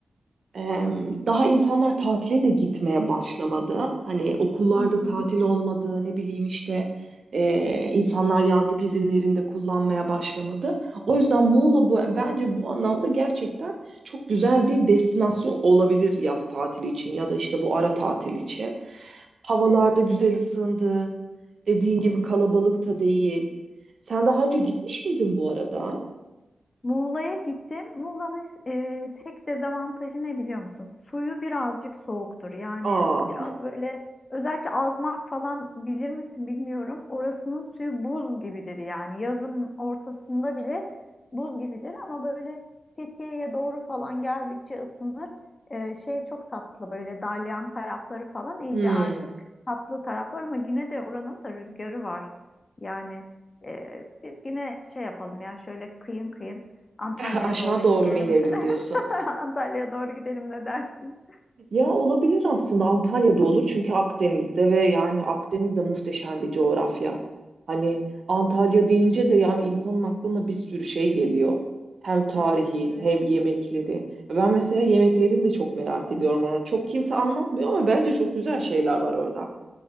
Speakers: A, on the right; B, on the left.
A: Em, Daha insanlar tatile de gitmeye başlamadı. Hani okullarda
B: Hı hı.
A: tatil olmadı, ne bileyim işte e, insanlar yazlık izinlerinde kullanmaya başlamadı. O yüzden Muğla bu, bence bu anlamda gerçekten çok güzel bir destinasyon olabilir yaz tatili için ya da işte bu ara tatil için. Havalarda
B: Evet,
A: güzel
B: evet.
A: ısındı. Dediğin gibi kalabalık da değil. Sen daha önce gitmiş miydin bu arada?
B: Muğla'ya gittim. Muğla'nın e, tek dezavantajı ne biliyor musun? Suyu birazcık soğuktur. Yani
A: Aa.
B: biraz böyle özellikle Azmak falan bilir misin bilmiyorum. Orasının suyu buz gibidir yani. Yazın ortasında bile buz gibidir ama böyle Fethiye'ye doğru falan geldikçe ısınır. E, şey çok tatlı böyle dalyan tarafları falan iyice
A: Hmm.
B: artık tatlı taraflar ama yine de oranın da rüzgarı var. Yani e, biz yine şey yapalım ya şöyle kıyın kıyın. Antalya'ya
A: <laughs> Aşağı
B: doğru gidelim.
A: doğru mu inelim diyorsun?
B: <laughs> Antalya'ya doğru gidelim ne dersin?
A: Ya olabilir aslında Antalya'da olur çünkü Akdeniz'de ve yani Akdeniz de muhteşem bir coğrafya. Hani Antalya deyince de yani insanın aklına bir sürü şey geliyor. Hem tarihi
B: Evet, evet.
A: hem yemekleri. Ben mesela yemeklerini de çok merak ediyorum onu. Çok kimse anlatmıyor ama bence çok güzel şeyler var orada.